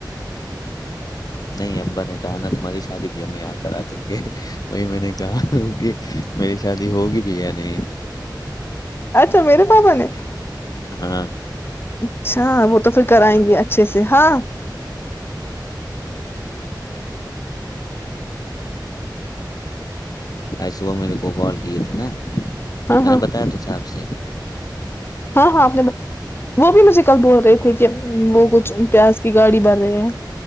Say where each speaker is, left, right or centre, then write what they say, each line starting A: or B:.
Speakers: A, on the left; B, on the left.
A: نہیں ابا نے کہا نا تمہاری شادی بھی ہمیں یہاں کرا دیں گے وہی میں نے کہا کہ میری شادی ہوگی بھی یا نہیں
B: اچھا میرے پاپا نے
A: ہاں
B: اچھا وہ تو پھر کرائیں گے اچھے سے ہاں
A: ایےبح میرے کو کال کیاے تھاے نا
B: ہاں
A: میں
B: ہاں
A: نے بتایا تھا صاحپ سے
B: ہاں ہاں آپ نے وہ بھی مجھے کل بول رہے تھے کہ وہ کچھ پیاز کی گاڑی بن رہے ہیں